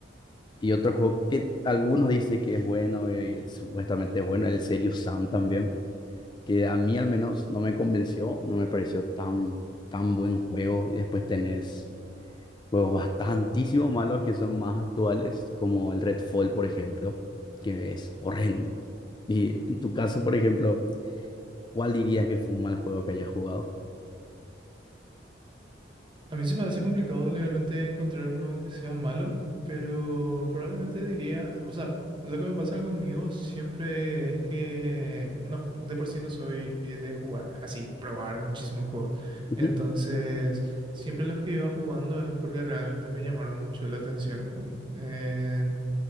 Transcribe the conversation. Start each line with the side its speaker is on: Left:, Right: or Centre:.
Left: Y otro juego que algunos dicen que es bueno, eh, supuestamente es bueno, el Serious Sam también, que a mí al menos no me convenció, no me pareció tan, tan buen juego. Y después tenés juegos bastantísimo malos que son más actuales, como el Redfall, por ejemplo, que es horrendo. Y en tu caso, por ejemplo, ¿cuál dirías que fue un mal juego que hayas jugado?
Right: A mí se me hace complicado legalmente encontrar uno que sea malo, pero probablemente diría, o sea, lo que me pasa conmigo siempre es que no, de por sí no soy de jugar, así, probar muchísimos juegos.
Left: Ujú,
Right: Entonces, siempre los que iba jugando es porque realmente me llamaron mucho la atención. En-